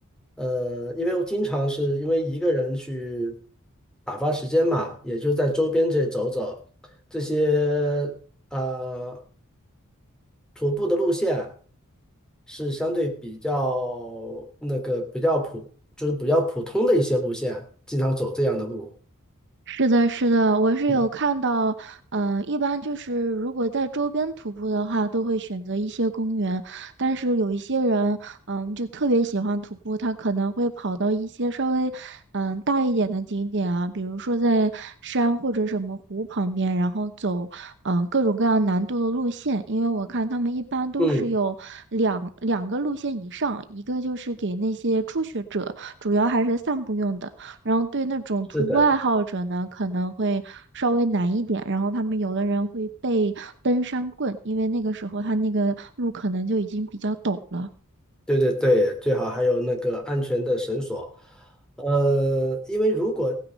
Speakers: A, in the centre; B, on the right.
A: 呃，因为我经常是因为一个人去打发时间嘛，也就在周边这里走走，这些呃徒步的路线。是相对比较那个比较普，就是比较普通的一些路线，经常走这样的路。
B: 是的，是的，我是有看到，
A: 嗯
B: 嗯、一般就是如果在周边徒步的话，都会选择一些公园，但是有一些人，嗯、就特别喜欢徒步，他可能会跑到一些稍微，嗯、大一点的景点啊，比如说在山或者什么湖旁边，然后走，嗯、各种各样难度的路线，因为我看他们一般都是有两两个路线以上，
A: 嗯，
B: 一个就是给那些初学者，主要还是散步用的。然后对那种徒步爱好者呢，
A: 是的，
B: 可能会稍微难一点。然后他们有的人会背登山棍，因为那个时候他那个路可能就已经比较陡了。
A: 对对对，最好还有那个安全的绳索。呃，因为如果